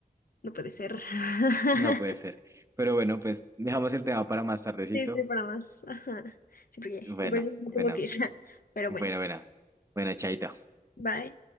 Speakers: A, on the left; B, on the right.
A: No puede ser. <laughs>
B: No puede ser. Pero bueno, pues dejamos el tema para más tardecito.
A: Sí, sí, para más. Ajá. Sí, porque
B: Bueno,
A: igual yo me tengo
B: bueno,
A: que ir. <laughs> Pero
B: bueno,
A: bueno,
B: bueno. Bueno, chaito.
A: bye.